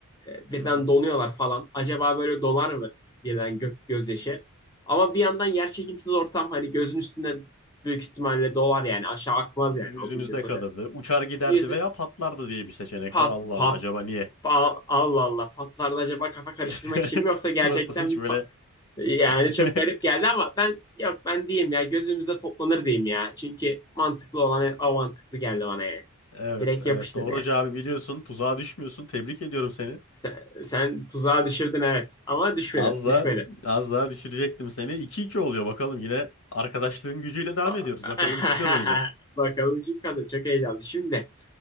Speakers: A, on the left (about 15°); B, on the left (about 70°).
A: E, birden
B: Hı hı.
A: donuyorlar falan. Acaba böyle donar mı birden gök gözyaşı? Ama bir yandan yer çekimsiz ortam hani gözün üstünde büyük ihtimalle dolar yani aşağı akmaz
B: Yüzünüzde
A: yani o bildiğin sonuçta.
B: kalırdı. Uçar giderdi
A: Yüzü
B: veya patlardı diye bir seçenek
A: pat
B: var. Allah
A: pat
B: Allah acaba niye?
A: pa- Allah Allah patlarda acaba kafa karıştırmak
B: <laughs>
A: için mi yoksa gerçekten
B: Uçmasın hiç
A: bir
B: böyle.
A: pat yani
B: <laughs>
A: çok garip geldi ama ben yok ben diyeyim ya gözümüzde toplanır diyeyim ya. Çünkü mantıklı olan o mantıklı geldi bana yani.
B: Evet,
A: Direkt
B: evet.
A: yapıştır
B: Doğru
A: yani.
B: cevabı biliyorsun. Tuzağa düşmüyorsun. Tebrik ediyorum seni.
A: Sen, sen tuzağa düşürdün evet ama düşmedim
B: Az
A: düşmedim.
B: daha az daha düşürecektim seni. iki iki oluyor bakalım. Yine arkadaşlığın gücüyle devam
A: <laughs>
B: ediyoruz. Bakalım kim kazanacak?
A: Bakalım kim kazanacak. heyecanlı. Şimdi